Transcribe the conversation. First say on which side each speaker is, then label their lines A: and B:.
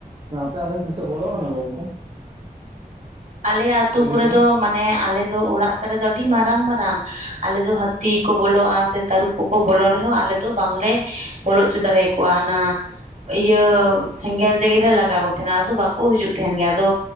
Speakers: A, on the right; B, on the right.
A: ᱟᱯᱮ ᱟᱛᱮ ᱛᱤᱥᱚᱜ ᱵᱚᱞᱚ ᱠᱟᱱᱟ ᱜᱚᱝᱠᱮ᱾
B: ᱟᱞᱮ ᱟᱛᱩ ᱠᱚᱨᱮ
A: ᱠᱚ
B: ᱫᱚ ᱢᱟᱱᱮ ᱟᱞᱮ ᱫᱚ ᱚᱲᱟᱜ ᱛᱟᱞᱮ ᱫᱚ ᱟᱹᱰᱤ ᱢᱟᱨᱟᱝ ᱢᱟᱨᱟᱝ ᱟᱞᱮ ᱫᱚ ᱦᱟᱹᱛᱤ ᱠᱚ ᱵᱚᱞᱚᱜᱼᱟ ᱥᱮ ᱛᱟᱹᱨᱩᱵ ᱠᱚ ᱠᱚ ᱵᱚᱞᱚ ᱨᱮᱦᱚᱸ ᱟᱞᱮ ᱫᱚ ᱵᱟᱝᱞᱮ ᱵᱚᱞᱚ ᱦᱚᱪᱚ ᱫᱟᱲᱮᱭᱟ ᱠᱚᱣᱟ ᱚᱱᱟ ᱤᱭᱟᱹ ᱥᱮᱸᱜᱮᱞ ᱛᱮᱜᱮᱞᱮ ᱞᱟᱜᱟ ᱠᱚ ᱛᱟᱦᱮᱱᱟ ᱟᱫᱚ ᱵᱟᱠᱚ ᱦᱤᱡᱩᱜ ᱛᱟᱦᱮᱱ ᱜᱮᱭᱟ ᱟᱫᱚ